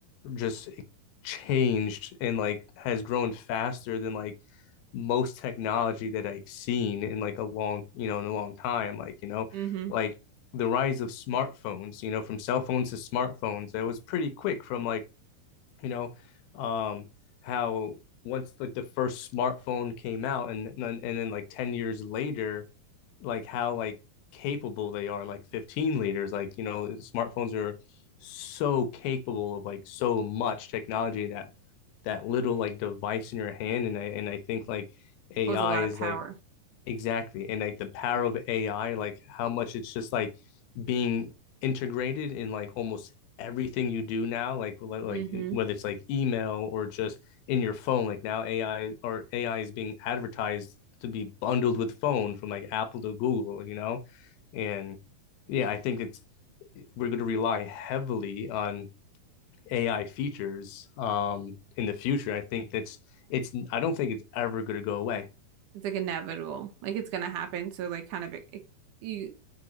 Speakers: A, on the left; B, on the right.
A: just changed and like has grown faster than like most technology that I've seen in like a long, you know, in a long time. Like, you know,
B: Mm-hmm.
A: like the rise of smartphones, you know, from cell phones to smartphones, that was pretty quick from like, you know, um, how once like the first smartphone came out and then and then like 10 years later like how like capable they are like 15 liters like you know smartphones are so capable of like so much technology that that little like device in your hand and I and I think like AI
B: Pose a lot
A: is
B: of power.
A: like Exactly. And like the power of AI, like how much it's just like being integrated in like almost everything you do now, like like like,
B: Mm-hmm.
A: in- whether it's like email or just in your phone, like now AI or AI is being advertised to be bundled with phone from like Apple to Google, you know? And yeah, I think it's we're going to rely heavily on AI features um in the future. I think that's it's I don't think it's ever going to go away.
B: It's like inevitable. Like it's gonna happen. So like kind of it, it- you